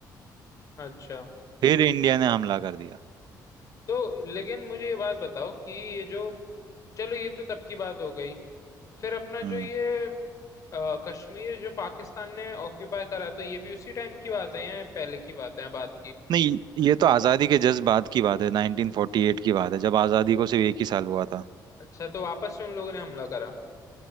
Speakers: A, on the left (about 45°); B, on the right (about 70°).
A: अच्छा
B: फिर इंडिया ने हमला कर दिया
A: तो लेकिन मुझे ये बात बताओ कि ये जो चलो ये तो तब की बात हो गई फिर अपना
B: हम्म
A: जो ये अ, कश्मीर जो पाकिस्तान ने ऑक्यूपाई करा तो ये भी उसी टाइम की बात है या पहले की बात है बात की
B: नहीं ये तो आजादी के जस्ट बाद की बात है 1948 की बात है जब आजादी को सिर्फ एक ही साल हुआ था
A: अच्छा तो वापस से उन लोगों ने हमला करा